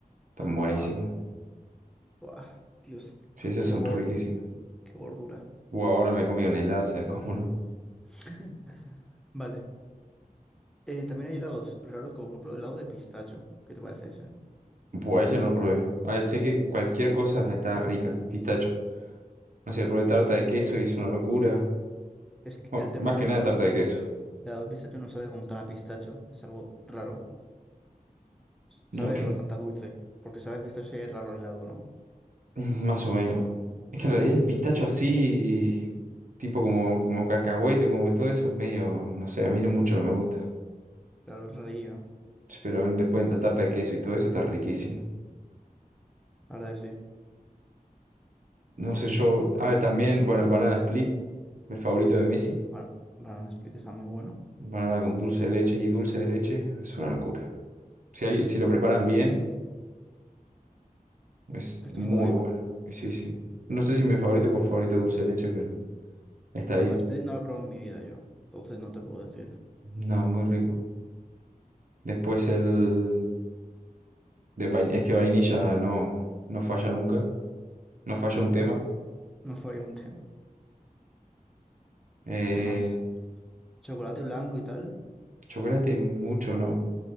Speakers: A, on the right; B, in the centre.
A: Están
B: Buah,
A: buenísimos.
B: buah. Dios,
A: Sí, esos
B: qué
A: son
B: gordo.
A: riquísimos.
B: Qué gordura.
A: Buah, ahora me he comido un helado, ¿sabes cómo no?
B: <laughs> Vale. Eh, también hay helados raros, como por ejemplo el helado de pistacho. ¿Qué te parece ese?
A: Buah, ese no lo probé. A ver, sé que cualquier cosa está rica. El pistacho. No sé, probé tarta de queso y es una locura.
B: Es que
A: Bueno,
B: el tema
A: más
B: del
A: que nada
B: helado
A: tarta
B: de, pi-
A: de queso.
B: del helado de pistacho no sabe como tal a pistacho. Es algo raro.
A: No
B: Sabe
A: es que
B: bastante a dulce. Porque sabe a pistacho sería raro el helado, ¿no?
A: Mm, Más o menos. Es que en realidad el pistacho así, tipo como, como cacahuete, como todo eso, es medio, no sé, a mí no mucho no me gusta.
B: Claro, es rarillo.
A: Pero en- después en la tarta de queso y todo eso está riquísimo.
B: La verdad que sí.
A: No sé, yo, a ver, también, bueno, el banana split, el favorito de Messi.
B: Ban- Banana Split está muy bueno.
A: Banana con dulce de leche y dulce de leche, es una locura. Si, alguien- si lo preparan bien, es
B: Es
A: muy
B: tu favorito.
A: bueno. Y Sí, sí. No sé si mi favorito por favorito es dulce de leche, pero está
B: Banana
A: ahí.
B: Split no lo he probado en mi vida yo. Entonces no te puedo decir.
A: No, muy rico. Después el... de vain- es que vainilla no, no falla nunca, no falla un
B: Ajá.
A: tema.
B: No fue ahí un <laughs> tema.
A: Eh,
B: ¿Qué más? Chocolate blanco y tal.
A: chocolate mucho, no.